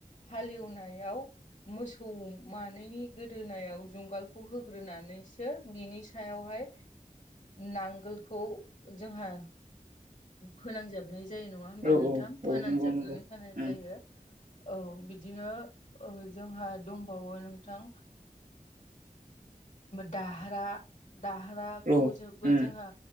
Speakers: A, on the left; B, on the right.
A: हालेवनायाव मोसौ मानैनि गोदोनायाव जुंगालखौ होग्रोनानैसो बिनि सायावहाय नांगोलखौ जोंहा फोनांजोबनाय जायो नङा होमबा
B: औ
A: नोंथां?
B: औ
A: फोनांजोबनानै
B: औ नंगौ नंगौ
A: होनाय
B: उम
A: जायो। औ बिदिनो जोंहा दंबावो नोंथां दाहा दारहाखौव
B: औ
A: बो
B: उम
A: जोंहा